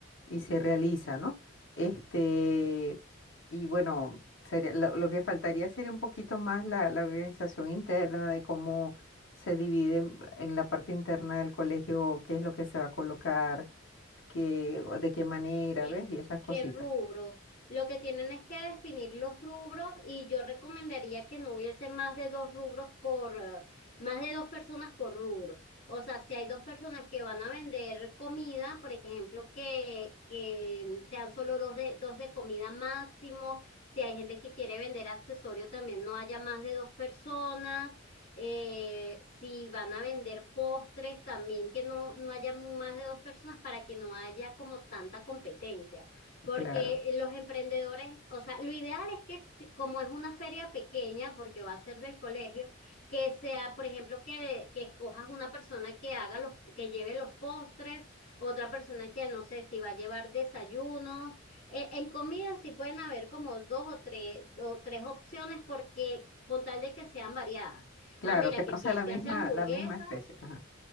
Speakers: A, on the left; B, on the left.
A: y se realiza, ¿no? Este, y bueno, sería, lo, lo que faltaría sería un poquito más la, la organización interna de cómo se divide en en la parte interna del colegio, qué es lo que se va a colocar, qué, de qué manera,
B: ¿Qué,
A: ¿ves? Y esas cositas.
B: qué rubros? Lo que tienen es que definir los rubros y yo recomendaría que no hubiese más de dos rubros por, eh, más de dos personas por rubro. O sea, si hay dos personas que van a vender comida, por ejemplo, que, que sean solo dos de, dos de comida máximo. Si hay gente que quiere vender accesorios, también no haya más de dos personas eh, si van a vender postres también, que no, no haya más de dos personas para que no haya como tanta competencia, porque
A: Claro.
B: los emprendedores, o sea, lo ideal es que si- como es una feria pequeña, porque va a ser del colegio, que sea, por ejemplo, que, que escojas una persona que haga los, que lleve los postres, otra persona que no sé si va a llevar desayunos. Eh, en comida sí pueden haber como dos o tres, o tres opciones porque con tal de que sean variadas.
A: Claro,
B: Ah, mira,
A: que
B: que
A: no
B: si
A: sea
B: este
A: la misma,
B: hace hamburguesa,
A: la misma especie. Ajá,